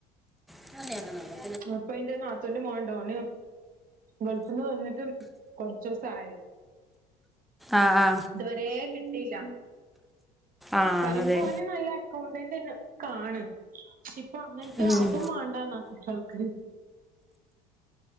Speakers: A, in the centre; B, on the right.
A: <inaudible>
B: ഇപ്പ ഇന്റെ നാത്തൂന്റെ മോൻണ്ട് ഓന് ഗൾഫ്ന്ന് വന്നിട്ട് കൊർച്ചൂസായി
A: ആആ
B: ഇതുവെരെ കിട്ടീല്ല
A: ആഹ്
B: പറിയുമ്പോ
A: അതെ
B: ഓന് നല്ല അകൗണ്ടൻ്റ് കാണ് പക്ഷെ ഇപ്പ അങ്ങൻത്തെ
A: ഉം
B: അതും മാണ്ടാന്നാ കുട്ട്യൾക്ക്